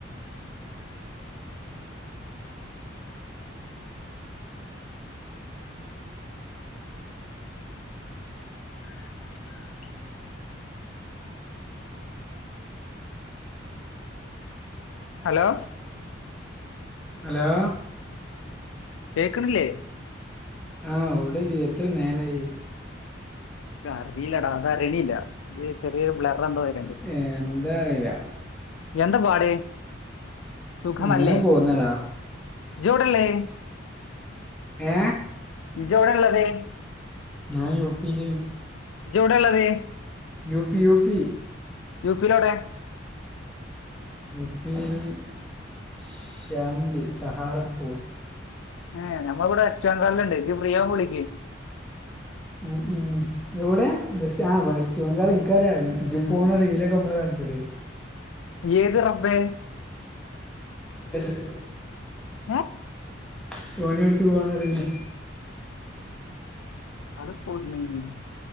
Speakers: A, on the left; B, in the centre.
A: <inaudible> ഹലോ
B: ഹലോ
A: കേക്കണില്ലേ?
B: ആഹ് ഓടെ ജ്ജ് എത്ര നേരായി.
A: അറിയില്ലടാ അത് അറീണില്ല. അല് ചെറിയൊരു ബ്ലററ എന്തോ വരണ്ണ്ട്.
B: എന്താ അറിയില്ല
A: എന്ത പാട്. സുഖമല്ലേ.
B: ഇങ്ങനെ പോകുന്നടാ
A: ഇജ്ജവടള്ളെ?
B: ഏ
A: ഇജോവിടെ ഉള്ളത്?
B: ഞാ യൂ പി ല്.
A: ഇജജവടൊള്ളത്?
B: U P, U P.
A: U P യിലവിടെ?
B: യു പി ൽ ശ്യമലി സഹാറപ്പൂർ.
A: ഏ ഞമ്മള ഇവിടെ വെസ്റ്റ്‌ ബംഗാളിലുണ്ട്. ജ്ജ് ഫ്രീയാമ്പോ വിളിക്ക്.
B: ഉം ഉം എവിടെ ബസ്റ്റ് ആ ബസ്റ്റ് ബംഗാള ഇൻകറിയ. ഇജ്ജ് <unintelligible>
A: ഉം.
B: റീലോക്കെ നമ്മള് കണ്ടട്.
A: ഏത് റബ്ബേ
B: <unintelligible>
A: ഏ
B: <unintelligible> എടുത്ത് പോകണ റീല്.
A: അത <unintelligible>